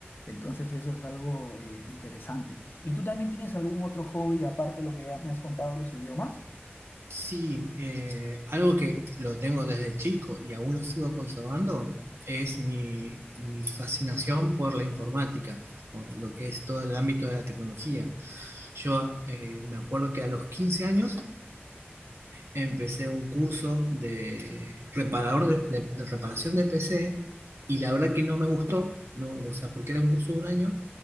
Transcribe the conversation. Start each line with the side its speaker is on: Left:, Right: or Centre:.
Left: Entonces eso es algo eh, interesante. ¿Y tú también tienes algún otro hobby aparte de lo que ya me has contado, los idiomas?
Right: Sí, eh, algo que lo tengo desde chico y aún lo sigo conservando es mi, mi fascinación por la informática, por lo que es todo el ámbito de la tecnología. Yo eh, me acuerdo que a los 15 años empecé un curso de, reparador de, de- de reparación de PC y la verdad que no me gustó, no, o sea, porque era un curso de un año,